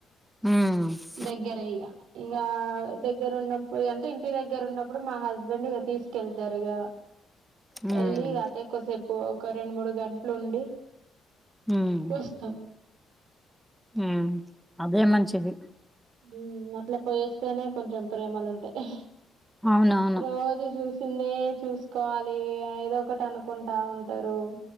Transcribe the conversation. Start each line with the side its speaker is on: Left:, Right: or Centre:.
Centre: హ్మ్
Right: దగ్గరే ఇగ ఇగ దగ్గర ఉన్నప్పుడు అంటే ఇంటి దగ్గర ఉన్నప్పుడు మా హస్ స్బెండ్గా ఇగ తీసుకెళ్తారు ఇగ
Centre: హ్మ్. హ్మ్.
Right: ఎళ్ళ అటే కుసేపు ఒక రెండు మూడు గంటలు ఉండి
Centre: హ్మ్.
Right: వస్తం
Centre: మ్ అదే మంచిది
Right: మ్ అట్లా పోయేస్తేనే కొంచెం ప్రేమలు ఉంటాయి
Centre: అవునవును
Right: రోజు చూసిందే చూసుకోవాలి ఏదో ఒకటి అనుకుంటా ఉంటారు